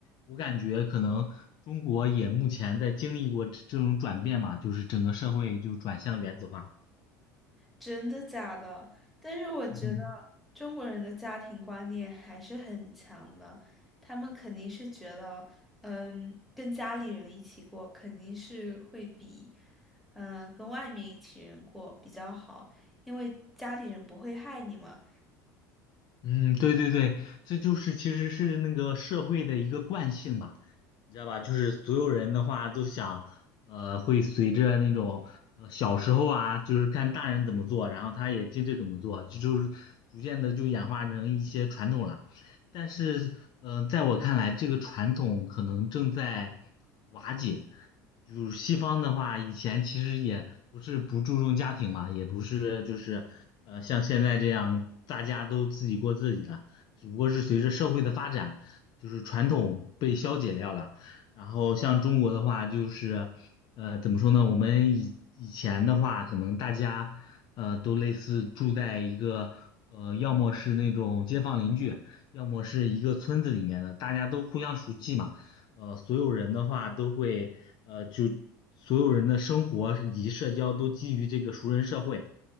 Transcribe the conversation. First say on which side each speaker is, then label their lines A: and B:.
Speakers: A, on the left (about 50°); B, in the centre.
A: 我感觉可能中国也目前在经历过这这种转变嘛，就是整个社会就转向原子化，
B: 真的假的？但是我觉得
A: 嗯。
B: 中国人的家庭观念还是很强的，他们肯定是觉得，嗯，跟家里人一起过肯定是会比，嗯，跟外面一起人过比较好，因为家里人不会害你嘛。
A: 嗯，对对对，这就是其实是那个社会的一个惯性吧，你知道吧？就是所有人的话都想，呃，会随着那种呃小时候啊，就是看大人怎么做，然后他也接着怎么做，就就是逐渐的就演化成一些传统了。但是，呃，在我看来，这个传统可能正在瓦解。就是西方的话，以前其实也不是不注重家庭嘛，也不是就是呃像现在这样大家都自己过自己的，只不过是随着社会的发展，就是传统被消解掉了。然后像中国的话，就是呃怎么说呢？我们以以前的话，可能大家呃都类似住在一个呃，要么是那种街坊邻居。要么是一个村子里面的，大家都互相熟悉嘛，呃，所有人的话都会，呃，就所有人的生活以及社交都基于这个熟人社会。